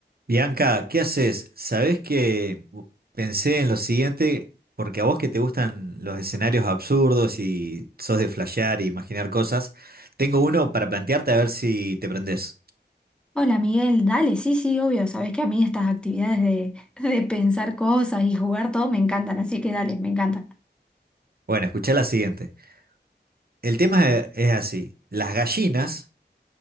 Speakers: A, on the right (about 55°); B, in the centre.
A: Bianca, ¿qué haces? Sabés que bu- pensé en lo siguiente, porque a vos que te gustan los escenarios absurdos y sos de flashear e imaginar cosas, tengo uno para plantearte a ver si te prendés.
B: Hola Miguel, dale, sí, sí, obvio, sabes que a mí estas actividades de, <laughs> de pensar cosas y jugar todo me encantan, así que dale, me encantan.
A: Bueno, escuchá la siguiente. El tema e- es así. Las gallinas